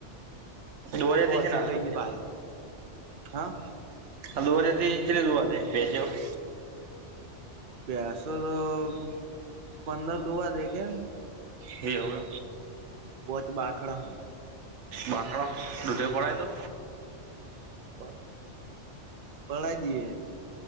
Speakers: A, on the right; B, on the right.
A: દો હજાર
B: પોસી
A: ત્રીસ હાલ
B: થઈ
A: તો.
B: ગઈ ભાઈ હા
A: હ દવા દુંવાે બેો <inaudible>
B: ભૈસો દોવા પંદર દૂવા દે કેમ.
A: હ હવે.
B: પોચ બાખડા.
A: વાખડા દટે <inaudible> પાય તો
B: પ પઢાઈ દીએ.